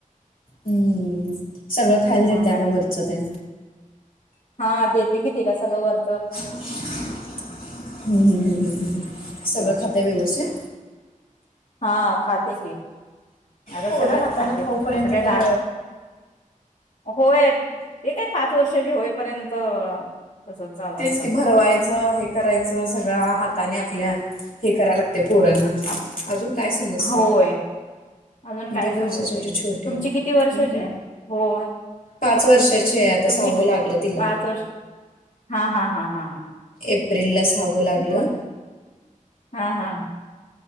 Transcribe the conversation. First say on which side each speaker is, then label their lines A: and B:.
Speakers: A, on the left; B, on the left.
A: हम्म सगळं खायला
B: मग
A: देतय
B: आणि
A: का वरचं त्या
B: हा देते की तिला सगळं वर
A: हम्म हम्म हम्म हम्म हम्म
B: तुझं
A: सगळं खातंय
B: काय
A: व्यवस्थित.
B: हा खात की. आता
A: पोर
B: सगळंच
A: हाताान
B: खाते
A: खाऊ पर्यंत
B: आता काय
A: खर
B: दारू होय ते काय पाच वर्षाची होईपर्यंत तसच चालू असणार
A: तेच की भरवायचं हे करायचं सगळं हाताने आपल्या हे करायला ते पोरांना
B: आप
A: अजून काय समजय
B: होय अजून काय
A: दीड
B: समजते
A: वर्षाचे म्हणजे छोटे
B: तुमची
A: आहे
B: किती वर्षाचे होय
A: पाच वर्षाचे आता
B: तुमची
A: सहाव लागलं तिला.
B: पाच वर्ष हा हा हा हा हा.
A: एप्रिलला साव लागलं.
B: मग काय. हा हा